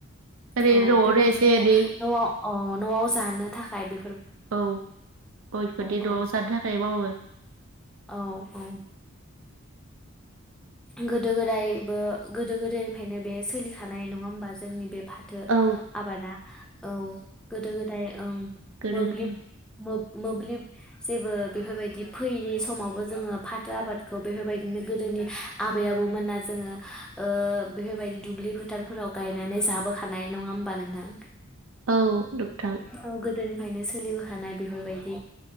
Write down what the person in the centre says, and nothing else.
अ
बेबायदिनो
नआव अ नआव जानो थाखाय बे
औ
औ औ गोदो गोदायबो गोदो गोदायनिफ्रायनो बे सोलिखानाय नङा होमबा जोंनि बे फाथो
आबादा औ गोदो गोदाय ओं
मोब्लिब
मोब मोब्लिब जेबो बेफोरबायदि फैयि समावबो जोङो फाथो आबादखौ बेफोरबायदिनो गोदोनि आबै आबौमोना जोङो ओ बेफोरबायदि दुब्लि फोथारफोराव गायनानै जाबोखानाय नङा होमबा नोंथां?
औ गो दोनिफ्रायनो सोलिबोखानाय बेफोरबायदि